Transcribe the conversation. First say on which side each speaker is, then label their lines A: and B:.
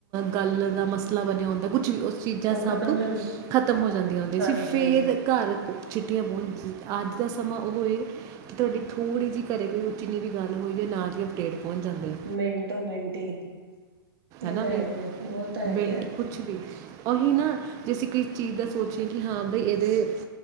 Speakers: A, on the right (about 30°); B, on the right (about 85°).
A: ਗੱਲ ਦਾ ਮਸਲਾ ਬਣਿਆ ਹੁੰਦਾ ਕੁਛ ਵੀ ਉਸ ਚੀਜ਼ਾਂ
B: ਉਹ
A: ਸਭ
B: ਖਤਮ ਵੀ ਹੁੰਦੇ
A: ਖਤਮ ਹੋ ਦੀਆਂ
B: ਹਾਂਜੀ
A: ਸੀ ਫੇਰ
B: ਹਾਂਜੀ
A: ਘਰ ਚਿੱਠੀਆਂ <unintelligible> ਹੁਣ ਦਾ ਸਮਾਂ ਉਹ ਐ ਕਿ ਤੁਹਾਡੀ ਥੋੜ੍ਹੀ ਜਿਹੀ ਘਰ ਕੋਈ ਉੱਚੀ ਨੀਵੀ ਗੱਲ ਹੋਜੇ ਨਾਲ ਹੀ ਅਪਡੇਟ ਪਹੁੰਚ ਜਾਂਦੇ ਆ
B: ਮਿੰਟੋ ਮਿੰਟ ਹੀ ਇਹ
A: ਨਾ
B: ਤਾਂ
A: ਬਈ
B: ਹੈ ਹੀ ਹੈ ਉਹ ਤਾਂ ਹੈ
A: ਮਿੰਟ
B: ਹੀ ਹੈ
A: ਕੁਛ ਵੀ ਉਹੀ ਨਾ ਜੇ ਅਸੀਂ ਕਿਸੀ ਚੀਜ਼ ਦਾ ਸੋਚੀਏ ਕਿ ਹਾਂ ਬਈ ਇਹਦੇ